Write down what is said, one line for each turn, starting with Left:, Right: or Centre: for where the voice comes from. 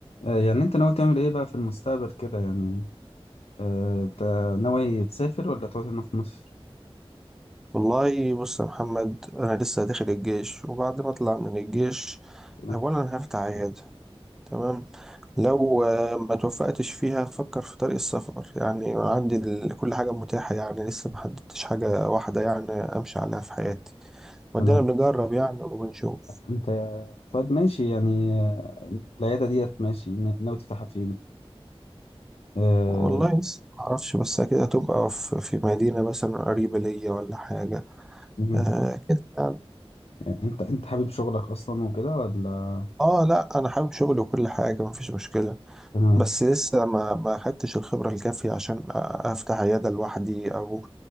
Left: آه، يعني انت ناوي تعمل ايه بقى في المستقبل كده يعني آه، انت ناوي تسافر ولا تقعد هنا في مصر
Centre: والله بص يا محمد انا لسه داخل الجيش وبعد ما اطلع من الجيش
Left: تمام
Centre: اولا هفتح عياده تمام لو آه، ما توفقتش فيها افكر في طريق السفر يعني عندي ال- كل حاجه متاحه يعني لسه ما حددتش حاجه واحده يعني امشي عليها في حياتي ودينا
Left: تمام.
Centre: بنجرب يعني وبنشوف
Left: انت طيب ماشي يعني آه، العيادة ديت ماشي نا- ناوي تفتحها فين آه،
Centre: والله لسه ما اعرفش بس كده تبقى في في مدينه مثلا قريبه ليا ولا حاجه
Left: مهم.
Centre: آه كده يعني
Left: انت انت حابب شغلك اصلا وكده ولا
Centre: اه لا انا حابب شغلي وكل حاجه مفيش مشكله
Left: تمام
Centre: بس لسه ما ما خدتش الخبرة الكافية عشان أ- أفتح عيادة لوحدي أو